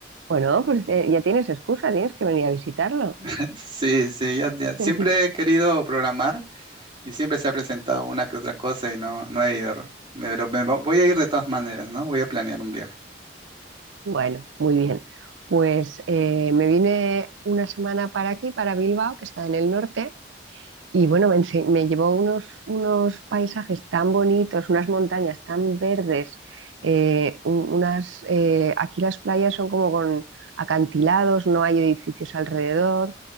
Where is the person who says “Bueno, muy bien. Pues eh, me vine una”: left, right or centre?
Right